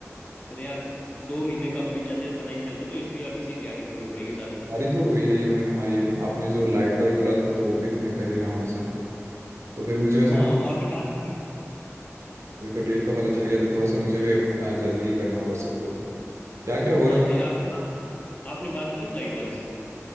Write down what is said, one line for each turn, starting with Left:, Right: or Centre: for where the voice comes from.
Left: पर यार दो महीने कब बीत जाते हैं पता ही नहीं चलता तो इसलिए अभी से ही तैयारी करनी पड़ेगी सारी
Right: हमारी तो हो ही रही है हमारी आपने जो लाइट का भी बोला था तो वो भी तो मैं कर ही रहा हूँ वैसे तो फिर मुझे वैसे
Left: हाँ आपने बात की
Right: अभी तो डेट का पता चल गया तो थोड़ा सा मुझे भी अब, अ, जल्दी ही करना होगा सबको क्या क्या
Left: हाँ
Right: हो रखा
Left: भाई आपने बात आपने बात की उस लाइट वाले से